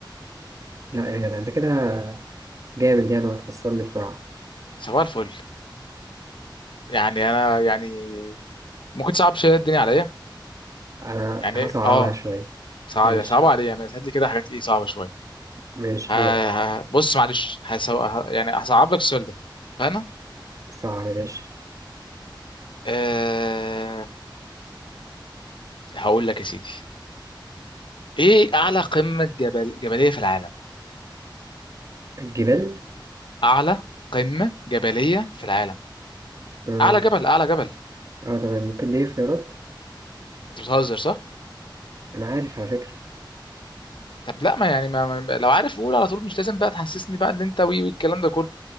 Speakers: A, on the right; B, on the left.
A: لا يا جدع انت كده جامد يعني وهتخسرني بسرعة
B: صباح الفل يعني انا يعني ممكن تصعب شويه الدنيا عليا
A: انا
B: يعني
A: هصعبها
B: اه
A: شوية
B: صعب
A: ماشي
B: صعب عليا بس هات لي كده حاجات ايه صعبه شويه
A: ماشي
B: ه...
A: دورك
B: ه... بص معلش هسو... ه... يعني هصعب لك السؤال ده فانا
A: صعب يا باشا
B: آه... هقول لك يا سيدي ايه اعلى قمه جبل جبليه في العالم
A: الجبال
B: اعلى قمه جبليه في العالم
A: اه,
B: اعلى جبل اعلى جبل
A: آه تمام ممكن دي اختيارات
B: انت بتهزر صح
A: انا عارف على فكرة
B: طب لا ما يعني ما ما- لو عارف قول على طول مش لازم بقى تحسسني بقى ان انت وي والكلام ده كله